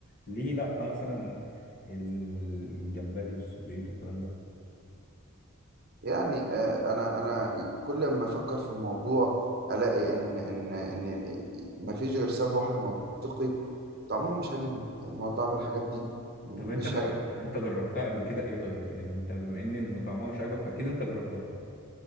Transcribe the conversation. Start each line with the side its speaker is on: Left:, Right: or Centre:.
Left: فليه لأ مثلا الجمبري والسبيط والكلام ده
Right: يعني آه انا انا كل ما افكر في الموضوع الاقي ان ان ان ما فيش غير سبب واحد منطقي طعمها مش عاجبني يعني هو طعم الحاجات دي مش
Left: طب أنت جربت
Right: عاجبني
Left: أنت جربتها قبل كده إيه طيب يعني أنت بما إن إن طعمها مش عاجبك فأكيد أنت جربتها